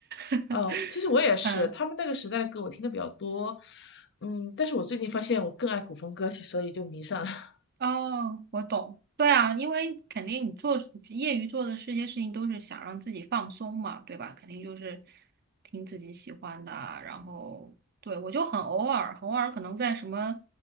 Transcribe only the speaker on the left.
呃，其实我也是，
他们那个时代的歌我听的比较多，嗯，但是我最近发现我更爱古风歌曲，所以就迷上了。<laughs>